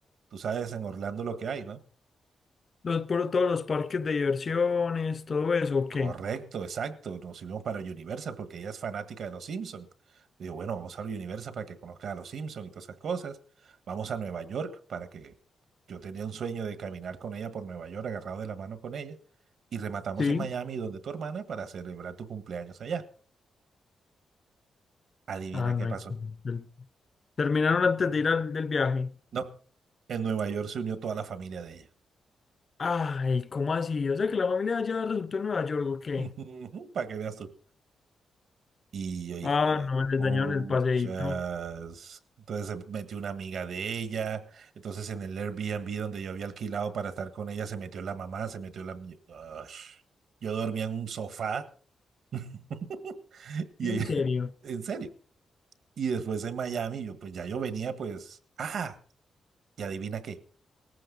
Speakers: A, on the right; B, on the left.
A: tú sabes en Orlando lo que hay, ¿no?
B: Los, por todos los parques de diversiones, todo eso, ¿o
A: Correcto,
B: qué?
A: exacto. Nos fuimos para Universal porque ella es fanática de los Simpsons. Digo, bueno, vamos a Universal para que conozca a los Simpsons y todas esas cosas. Vamos a Nueva York para que yo tenía un sueño de caminar con ella por Nueva York, agarrado de la mano con ella. Y rematamos
B: Sí.
A: en Miami, donde tu hermana, para celebrar tu cumpleaños allá. Adivina
B: Ah, no
A: qué pasó.
B: hay que... el- Terminaron antes de ir al del viaje.
A: No, en Nueva York se unió toda la familia de ella.
B: Ay, ¿cómo así? O sea que la familia ya resultó en Nueva York, ¿o qué?
A: <laughs> Para que veas tú. Y yo, hijo
B: Ah,
A: de
B: no, les
A: puchas.
B: dañaron el paseíto.
A: Entonces se metió una amiga de ella. Entonces en el Airbnb donde yo había alquilado para estar con ella, se metió la mamá, se metió la... Yo, Ush. Yo dormía en un sofá. <laughs> Y
B: ¿En
A: ella-
B: serio?
A: en serio. Y después en Miami, yo pues ya yo venía pues, ah, y adivina qué,